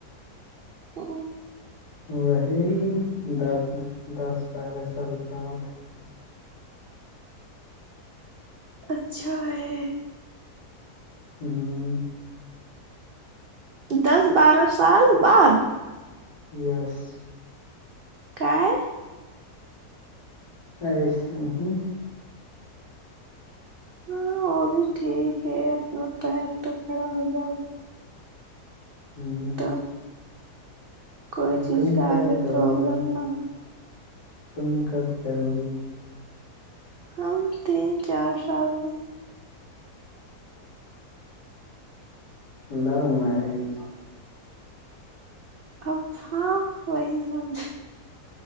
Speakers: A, on the right; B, on the left.
A: ا
B: وہی دس دس بارہ سال بعد
A: اچھا ہے
B: ہاں
A: دس بارہ سال بعد
B: یس
A: کاہے
B: <unintelligible>
A: ہاں وہ بھی ٹھیک ہے اپنا پیر پہ کھڑا ہو جاؤ
B: ہوں
A: تب کوئی چیز
B: تم
A: کا
B: کب
A: آگے
B: کرو
A: پرابلم
B: گی
A: نہ ہو
B: تم کب کرو گی
A: ہم تین چار سال میں
B: ا لو مریج
A: اب ہاں وہی سم